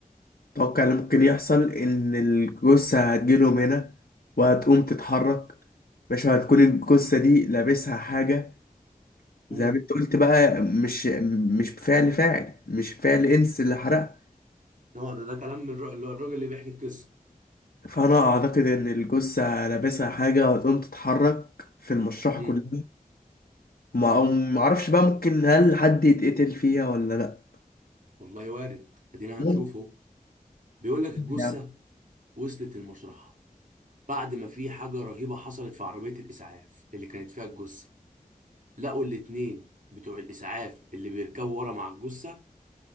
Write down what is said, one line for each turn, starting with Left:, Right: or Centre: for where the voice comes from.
Left: اتوقع اللي ممكن يحصل ان الجثة هتجيلهم هنا وهتقوم تتحرك مش هتكون الجثة دي لابسها حاجة
Right: امم
Left: زي ما انت قلت بقى مش مش فعل فاعل مش فعل انس اللي حرقها
Right: اه ده ده كلام من الر- اللي هو الراجل اللي بيحكي القصه
Left: فانا اعتقد ان الجثة لابسها حاجة وهتقوم تتحرك في المشرحة
Right: امم
Left: كلها ما معرفش بقى ممكن هل حد يتقتل فيها ولا لا
Right: والله وارد ادينا
Left: ممكن
Right: هنشوفه بيقول لك الجثه
Left: يعني
Right: وصلت المشرحه بعد ما في حاجة رهيبة حصلت في عربية الإسعاف اللي كانت فيها الجثة لقوا الاتنين بتوع الإسعاف اللي بيركبوا ورا مع الجثة